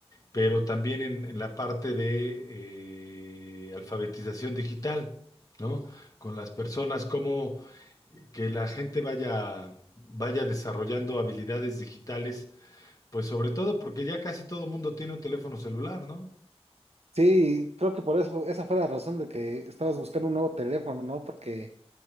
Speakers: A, on the left (about 30°); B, on the right (about 75°).
A: pero también en, en la parte de eh, alfabetización digital, ¿no? Con las personas, cómo que la gente vaya, vaya desarrollando habilidades digitales, pues sobre todo porque ya casi todo mundo tiene un teléfono celular, ¿no?
B: Sí, creo que por eso, esa fue la razón de que estabas buscando un nuevo teléfono, ¿no? Porque